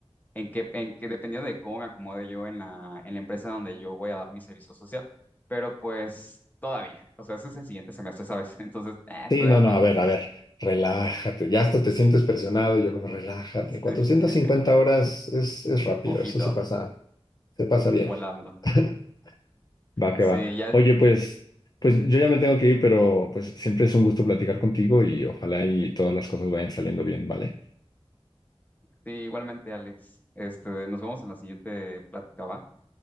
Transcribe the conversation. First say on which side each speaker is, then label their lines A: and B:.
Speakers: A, on the left (about 15°); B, on the left (about 40°).
A: en qué, en qué, dependiendo de cómo me acomode yo en la, en la empresa donde yo voy a dar mi servicio social. Pero pues, todavía, o sea, ese es el siguiente semestre, ¿sabes? <laughs> Entonces, eh,
B: Sí,
A: todavía
B: no, no,
A: falta.
B: a ver, a ver, relájate, ya hasta te sientes presionado, y yo como relájate,
A: <laughs>
B: 450 horas es, es rápido,
A: Poquito,
B: eso se pasa, se pasa bien.
A: volando.
B: <laughs> Va que
A: Sí,
B: va.
A: ya
B: Oye, pues, pues yo ya me tengo que ir, pero pues siempre es un gusto platicar contigo y ojalá y todas las cosas vayan saliendo bien, ¿vale?
A: Sí, igualmente, Alex. Este, nos vemos en la siguiente plática, ¿va?